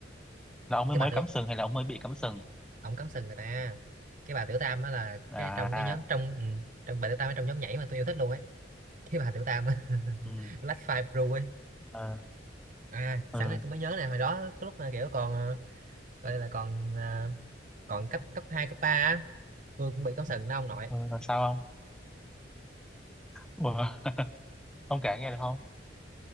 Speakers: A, in the centre; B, on the right.
A: là ông mới
B: cái
A: mới
B: bà tự
A: cắm sừng hay là ông mới bị cắm sừng
B: ổng cắm sừng người ta cái bà tiểu tam á là
A: à
B: cái trong cái nhóm trong ừ, trong bà tiểu tam ở trong nhóm nhảy mà tôi yêu thích luôn ấy cái bà tiểu tam á
A: ừ
B: <laughs> Black Five Blue ấy
A: ờ
B: à sẵn
A: ừ,
B: đây tôi mới nhớ này hồi đó cái lúc mà kiểu còn ờ, gọi là còn ờ, còn cấp cấp 2 cấp 3, á tôi cũng bị cắm sừng đó ông nội
A: ừ, là sao không Ủa, <laughs> ông kể nghe được không